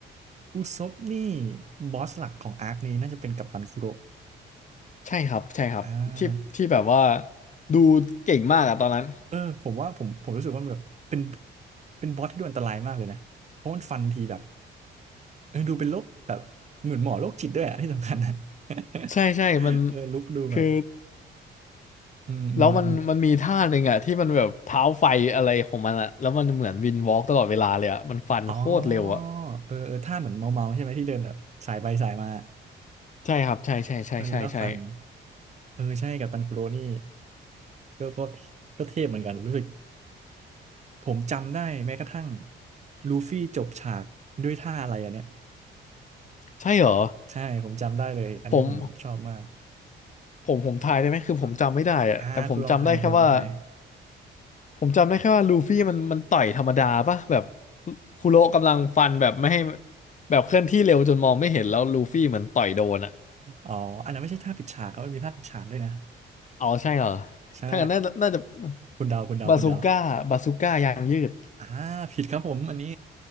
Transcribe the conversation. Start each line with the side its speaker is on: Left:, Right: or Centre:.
Right: อุซบนี่บอสหลักของอาร์คนี้น่าจะเป็นกัปตันคุโระ
Left: ใช่ครับใช่ครับที่ที่แบบว่า
Right: อ่า
Left: ดูเก่งมากอะตอนนั้น
Right: เออผมว่าผมผมรู้สึกว่ามันแบบเป็นเป็นบอสที่ดูอันตรายมากเลยนะเพราะมันฟันทีแบบเออดูเป็นโรคแบบเหมือนหมอโรคจิตด้วยอะที่สำคัญนะ <laughs>
Left: ใช่ใช่มัน
Right: เออลุกดูแบบ
Left: คือ
Right: อืมอืมอืม
Left: แล้วมันมันมีท่าหนึ่งอะที่มันแบบเท้าไฟอะไรของมันอะแล้วมันเหมือนวินวอล์กตลอดเวลาเลยอะมันฟันโคตรเร็วอะ
Right: อ๋อเออเออท่าเหมือนเมาเมาใช่ไหมที่เดินแบบสายไปสายมา
Left: ใช่ครับใช่ใช่ใช่ใช่ใช่
Right: เออแล้วก็ฟันเออใช่กับตันคุโรนี่ก็ก็ก็เทพเหมือนกันรู้สึกผมจำได้แม้กระทั่งลูฟี่จบฉากด้วยท่าอะไรอันเนี้ย
Left: ใช่เหรอ
Right: ใช่ผมจำได้เลยอันนี้ผมชอบมาก
Left: ผมผมผมทายได้ไหมคือผมจำไม่ได้อะแต่ผมจำได้แค่ว่า
Right: อ่าคุณลองทายคุณลองทาย
Left: ผมจำได้แค่ว่าลูฟี่มันมันต่อยธรรมดาปะแบบคุโระกำลังฟันแบบไม่ให้แบบเคลื่อนที่เร็วจนมองไม่เห็นแล้วลูฟี่เหมือนต่อยโดนอะ
Right: อ๋ออันนั้นไม่ใช่ท่าปิดฉากครับมันมีท่าปิดฉากด้วยนะ
Left: อ๋อใช่เหรอ
Right: ใช่
Left: ถ้างั้นน่าจะน่าจะ
Right: คุณเดาคุณเดาคุณเดา
Left: บาซูก้าบาซูก้ายางยืด
Right: อ่าผิดครับผมอันนี้